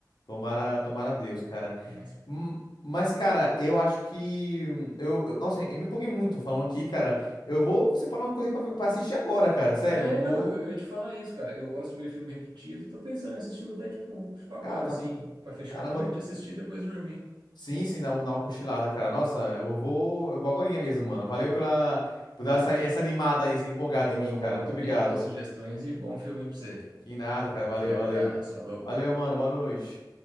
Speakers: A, on the left (about 80°); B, on the right (about 85°).
A: Tomara, tomara a Deus, cara.
B: Nossa,
A: Hum, Mas, cara, eu acho que. Eu, eu- nossa, eu me empolguei muito falando aqui, cara. Eu vou separar uma coisa pra, pra assistir agora, cara. Sério,
B: É,
A: eu não.
B: não, eu, eu ia te falar isso, cara. Eu gosto de ver filme repetido. Tô pensando em assistir o Deadpool, tipo agora,
A: Cara, tá-
B: assim, pra fechar
A: Caramba.
B: a noite, assistir e depois dormir.
A: Sim, sim, dá, um- dá uma cochilada, cara. Nossa, eu vou. Eu vou agorinha mesmo, mano. Valeu pela, por dar essa, essa animada aí, essa empolgada
B: Valeu,
A: em mim, cara.
B: valeu
A: Muito
B: também
A: obrigado.
B: aí pelas sugestões e bom filme aí pra você.
A: Que nada, cara. Valeu,
B: Aquele abraço,
A: valeu.
B: falou.
A: Valeu, mano. Boa noite.